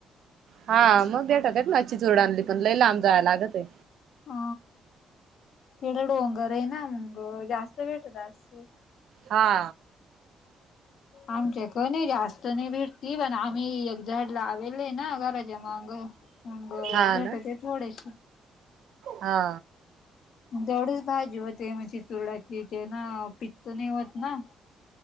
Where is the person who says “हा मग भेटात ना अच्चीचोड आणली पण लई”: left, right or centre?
Right